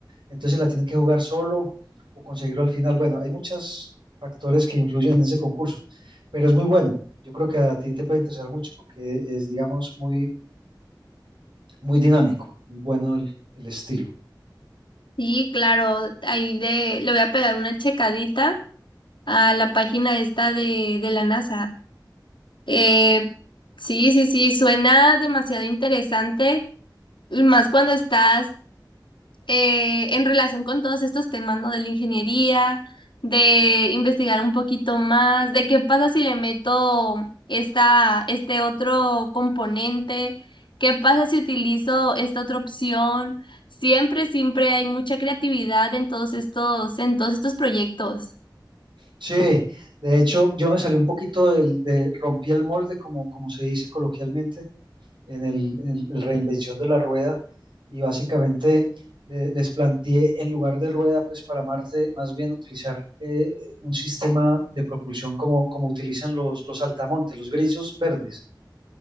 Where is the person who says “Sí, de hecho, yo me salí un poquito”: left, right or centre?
Right